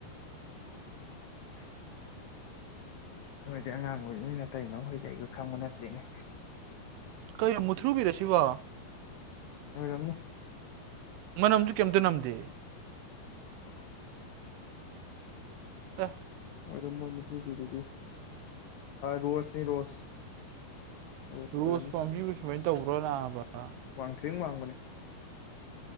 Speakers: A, on the left; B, on the right.
A: <unintelligible> ꯅꯣꯏꯗꯤꯩ ꯑꯉꯥꯡ ꯑꯣꯏꯔꯤ ꯅꯣꯏ ꯅꯥꯇꯩꯃꯈꯣꯏ ꯀꯩꯒꯣ ꯈꯪꯕ ꯅꯠꯇ꯭ꯔꯤꯅꯦ
B: ꯀꯩ ꯃꯨꯊꯔꯨꯕꯤꯔꯁꯤꯕꯣ
A: ꯑꯣꯏꯣꯏꯔꯝꯅꯦ
B: ꯃꯅꯝꯁꯨ ꯀꯩꯝꯇ ꯅꯝꯗꯦ ꯑ
A: ꯑꯣꯗ ꯃꯣꯏ ꯃꯊꯨꯕꯤꯗꯨꯗꯤ ꯔꯣꯁꯅꯤ ꯔꯣꯁ ꯑꯣꯝ
B: ꯔꯣꯁ ꯄꯥꯝꯕꯤꯕꯨ ꯁꯨꯃꯥꯏꯅ ꯇꯧꯕ꯭ꯔꯣ ꯅꯥꯕ
A: ꯃꯡꯊ꯭ꯔꯤ ꯋꯥꯡꯕꯅꯦ ꯎ